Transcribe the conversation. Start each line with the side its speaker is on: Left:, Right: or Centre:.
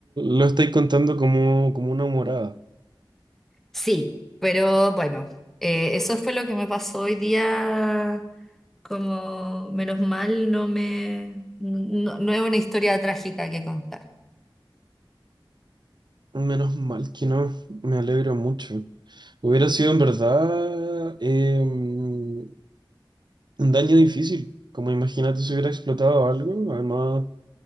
Right: lo estáis contando como, como una morada.
Centre: Sí, pero bueno, eh, eso fue lo que me pasó hoy día. Como menos mal, no me, no, no es una historia trágica que contar.
Right: Menos mal que no. Me alegro mucho. Hubiera sido en verdad eh, un daño difícil. Como imagínate si hubiera explotado algo. Además,